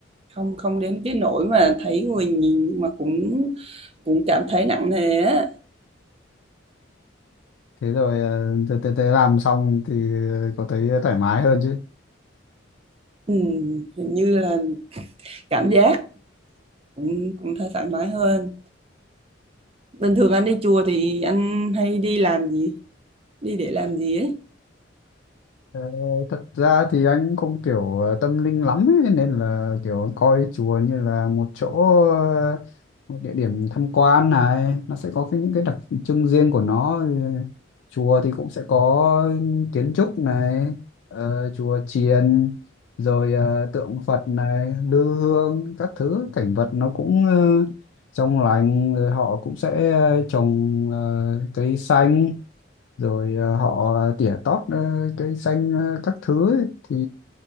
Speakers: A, on the right; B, on the left.
A: không không đến cái nỗi mà thấy người nhìn nhưng mà cũng cũng cảm thấy nặng nề á
B: thế rồi à, từ từ từ làm xong thì có thấy thoải mái hơn chứ
A: Ừ, hình như là cảm giác cũng cũng thấy thoải mái hơn. Bình thường anh đi chùa thì anh hay đi làm gì? Đi để làm gì ấy?
B: Ờ, thật ra thì anh không kiểu ờ, tâm linh lắm ấy, nên là kiểu coi chùa như là một chỗ ờ, một địa điểm tham quan này nó sẽ có cái, những cái đặc trưng riêng của nó Ừ, chùa thì cũng sẽ có kiến trúc này ờ, chùa chiền rồi ờ, tượng Phật này lư hương các thứ cảnh vật nó cũng ờ, trong lành rồi họ cũng sẽ ờ, trồng ờ, cây xanh rồi ờ, họ tỉa tót ờ, cây xanh ờ, các thứ ấy, thì